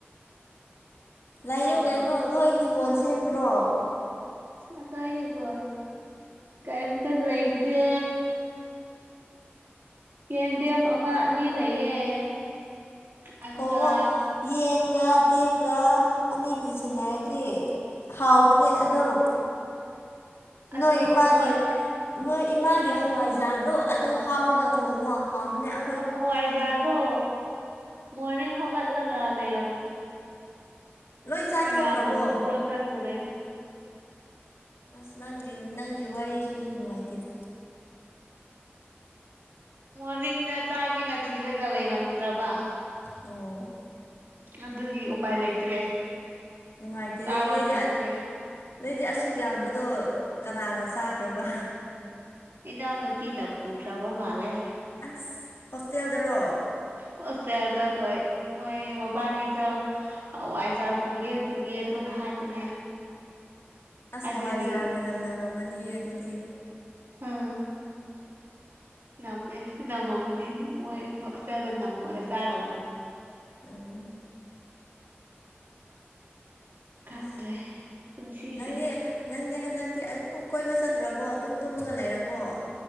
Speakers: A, on the left; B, on the right.
A: ꯂꯥꯏꯌꯨ
B: ꯑꯗꯨꯒꯤ
A: ꯀꯩꯅꯣ ꯅꯣꯏ ꯍꯤꯡꯒꯣꯜ ꯁꯦꯝꯗ꯭ꯔꯣ
B: ꯑꯈꯣꯏꯒꯤꯀꯣ ꯀꯩꯑꯝꯇ ꯂꯩꯇꯦ ꯌꯦꯟꯗꯦꯝ ꯑꯃ ꯑꯅꯤ ꯂꯩꯌꯦ ꯑꯗꯨꯒ
A: ꯊꯣꯡꯉꯣ ꯌꯦꯟꯒ ꯗꯦꯝꯒ ꯑꯅꯤ ꯇꯤꯟꯁꯤꯟꯅꯔꯗꯤ ꯍꯥꯎꯕꯅꯦ ꯑꯗꯨꯝ
B: ꯑꯗꯣ
A: ꯅꯣꯏ ꯏꯃꯥꯒꯤ
B: ꯍꯣꯏ
A: ꯅꯣꯏ ꯏꯃꯥꯒꯤ ꯍꯋꯥꯏꯖꯥꯔꯗꯣ ꯑꯗꯨ ꯍꯥꯞꯄꯒ ꯊꯣꯡꯉꯣ ꯍꯥꯎꯕꯅꯦ ꯑ
B: ꯍꯋꯥꯏꯖꯥꯔꯗꯣ ꯃꯣꯔꯅꯤꯡ ꯍꯧꯒꯠꯂꯒ ꯂꯩꯔꯝ
A: ꯂꯣꯏ ꯆꯥꯊꯣꯛꯈ꯭ꯔꯕꯣ
B: ꯀꯅꯥꯅꯣ ꯄꯨꯕ꯭ꯔꯣ ꯈꯪꯗ꯭ꯔꯦ
A: ꯑꯁ ꯅꯪꯒꯤ ꯅꯦ ꯅꯪꯒꯤ ꯋꯥꯔꯤꯁꯤꯗꯤ ꯅꯨꯡꯉꯥꯏꯇꯦꯗ
B: ꯃꯣꯔꯅꯤꯡꯗ ꯆꯥꯒꯦꯅ ꯊꯤꯔꯒ ꯂꯩꯔꯝꯗ꯭ꯔꯕ
A: ꯑꯣ
B: ꯑꯗꯨꯒꯤ ꯎꯄꯥꯏ ꯂꯩꯇ꯭ꯔꯦ
A: ꯅꯨꯡꯉꯥꯏꯇꯦꯅꯦ
B: ꯆꯥꯕ
A: ꯅꯣꯏꯗꯤ
B: ꯐꯪꯗ꯭ꯔꯦ
A: ꯑ ꯅꯣꯏꯗꯤ ꯑꯁꯨꯛ ꯌꯥꯝꯕꯗꯣ ꯀꯅꯥꯅ ꯆꯥꯈ꯭ꯔꯕ
B: ꯏꯅꯥꯎ ꯅꯨꯄꯤꯅ ꯄꯨꯈ꯭ꯔꯕ ꯃꯥꯜꯂꯦ
A: ꯑꯁ ꯍꯣꯁꯇꯦꯜꯗꯔꯣ
B: ꯍꯣꯁꯇꯦꯜꯗ ꯍꯣꯏ ꯃꯣꯏ ꯕꯥꯟꯅꯤꯗꯣ ꯍꯋꯥꯏꯖꯥꯔ ꯄꯨꯒꯦ ꯄꯨꯒꯦ ꯑꯗꯨꯝ ꯍꯥꯏꯕꯅꯦ
A: ꯑꯁ
B: ꯑꯗꯨꯒꯤ
A: ꯍꯋꯥꯏꯖꯥꯔ ꯃꯅꯝ ꯅꯝꯃꯝꯃꯅꯤꯌꯦ ꯑꯗꯨꯗꯤ
B: ꯎꯝ ꯅꯝꯃꯦ ꯅꯝꯃꯝꯃꯅꯤ ꯃꯣꯏ ꯍꯣꯁꯇꯦꯜꯗ ꯅꯝꯃꯒ ꯆꯥꯔꯝꯃꯅꯤ
A: ꯎꯝ
B: ꯈꯪꯗ꯭ꯔꯦ
A: ꯑꯁ
B: ꯄꯨꯟꯁꯤꯁꯦ
A: ꯅꯪꯗꯤ ꯅꯪꯗꯤ ꯍꯟꯗꯛꯇꯤ ꯑꯗꯨꯝ ꯀꯣꯏꯕ ꯆꯠꯇ꯭ꯔꯕꯣ ꯑꯗꯨꯝ ꯇꯨꯝꯃꯒ ꯂꯩꯔꯕꯣ